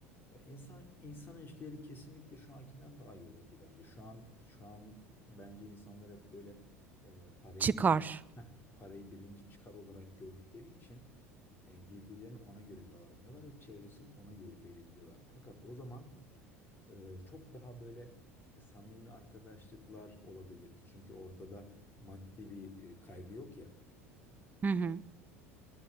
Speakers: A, on the left (about 25°); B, on the right (about 20°).
A: Ya İnsan insan ilişkileri kesinlikle şu ankinden daha iyi olurdu bence. Şu an şu an bence insanlar hep böyle e, parayı
B: Çıkar.
A: birinci, heh, parayı birinci çıkar olarak gördükleri için E, birbirlerine ona göre davranıyorlar ve çevresini ona göre belirliyorlar. Fakat o zaman e, çok daha böyle samimi arkadaşlıklar olabilirdi. Çünkü ortada maddi bir e, kaygı yok ya.
B: Hı hı.